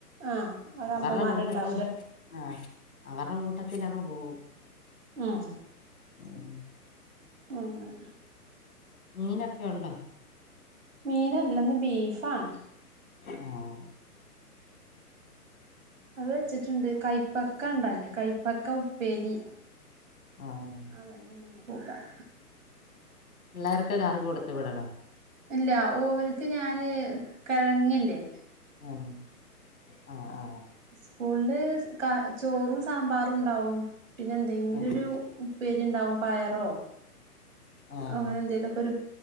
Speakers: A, on the right; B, on the left.
A: ആഹ് അവിടെ അമ്മമാരുണ്ടാവൂലേ
B: അവരുടെ കൂട്ടത്തിൽ ആഹ്. അവർടെ കൂട്ടത്തിലങ്ങ് പോകവും.
A: ഉം
B: ഉം
A: ആഹ് അ
B: മീനൊക്കെണ്ടോ?.
A: മീനല്ലന്ന് ബീഫാണ്
B: ആഹ്
A: അത് വെച്ചിട്ടുണ്ട് കൈപ്പക്കണ്ടായില കൈപ്പക്ക ഉപ്പേരി,
B: ആഹ്
A: അതന്ന് ആണ് ഇന്ന് കൂട്ടാൻ
B: പിള്ളാർക്കും കറി കൊടുത്തു വിടണോ
A: ഇല്ല ഓർക്ക് ഞാന് കെഴങ്ങില്ലേ
B: ആഹ് ആഹ് ആഹ്
A: സ്കൂളില് ചോറും സാമ്പാറുണ്ടാവും പിന്നെ എന്തെങ്കിലുരു
B: ആഹ്
A: ഉപേരിണ്ടാവും പയറോ
B: ആഹ്
A: അങ്ങനെ എന്തെലുമൊക്കെരു.